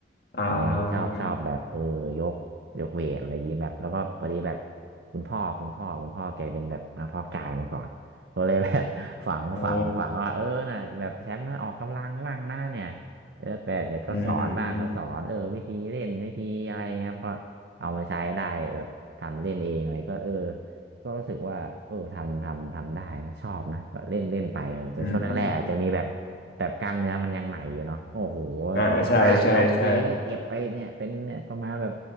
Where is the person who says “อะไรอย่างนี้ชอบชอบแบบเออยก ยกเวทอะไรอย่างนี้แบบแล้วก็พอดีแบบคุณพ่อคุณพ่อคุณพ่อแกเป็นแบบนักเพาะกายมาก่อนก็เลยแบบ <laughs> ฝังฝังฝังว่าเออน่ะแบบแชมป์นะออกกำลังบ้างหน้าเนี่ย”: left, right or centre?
Right